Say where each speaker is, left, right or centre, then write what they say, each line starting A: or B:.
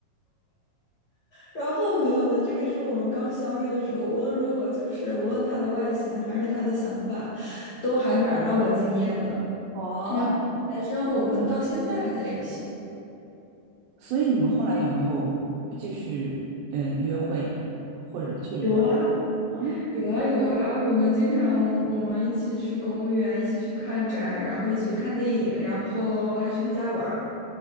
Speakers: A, on the left (about 70°); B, on the right (about 80°).
A: 然后没有了，这个是我们刚相遇的时候，无论如何，就是无论他的外形还是他的想法，都还蛮让我惊艳的。
B: 哦，
A: 然后男生我们到现在还在联系。
B: 所以你们后来有没有继续嗯、呃约会或者去旅馆？
A: 有啊，
B: 哦
A: 有啊，有啊！我们经常我们一起去公园，一起去看展，然后一起去看电影，然后还去他家玩儿。